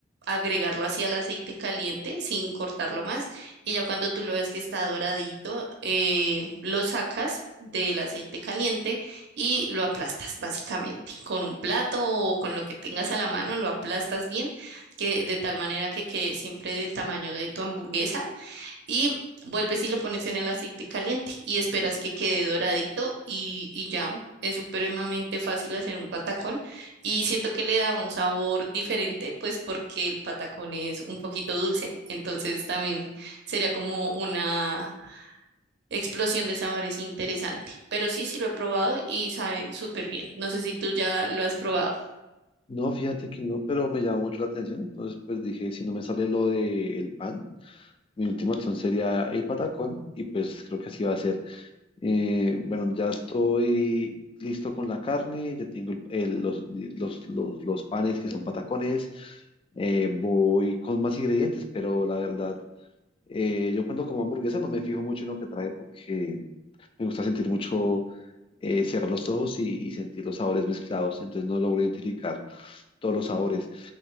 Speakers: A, on the right; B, on the left.
A: agregarlo así al aceite caliente sin cortarlo más y ya cuando tú lo veas que está doradito, eh, lo sacas del aceite caliente y lo aplastas básicamente con un plato o con lo que tengas a la mano, lo aplastas bien, que de tal manera que quede siempre del tamaño de tu hamburguesa y vuelves y lo pones en el aceite caliente y esperas que quede doradito y, y ya. Es supremamente fácil hacer un patacón y siento que le da un sabor diferente, pues porque el patacón es un poquito dulce, entonces también sería como una explosión de sabores interesante. Pero sí, sí lo he probado y sabe súper bien. No sé si tú ya lo has probado.
B: No, fíjate que no, pero me llamó mucho la atención. Entonces, pues dije, si no me sale lo del pan, mi última opción sería el patacón y pues creo que así va a ser. Eh, bueno, ya estoy listo con la carne, ya tengo el- el- los, los, los, los panes que son patacones. Eh, voy con más ingredientes, pero la verdad, eh, yo cuando como hamburguesa no me fijo mucho en lo que trae porque Me gusta sentir mucho, eh, cerrar los ojos y, y sentir los sabores mezclados, entonces no logro identificar todos los sabores.